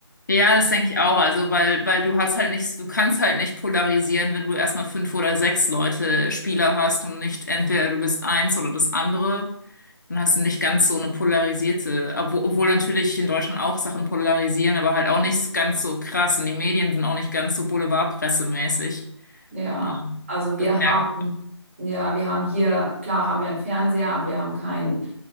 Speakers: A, on the left; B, on the right.
A: Ja, das denke ich auch. Also, weil, weil du hast halt nicht, du kannst halt nicht polarisieren, wenn du erstmal fünf oder sechs Leute, Spieler hast und nicht entweder du bist eins oder das andere. Dann hast du nicht ganz so eine polarisierte, obwohl, obwohl natürlich in Deutschland auch Sachen polarisieren, aber halt auch nicht ganz so krass und die Medien sind auch nicht ganz so boulevardpressemäßig.
B: Ja,
A: Ähm,
B: also
A: Das
B: wir
A: merkt
B: haben, ja, wir haben hier, klar haben wir einen Fernseher, aber wir haben keinen,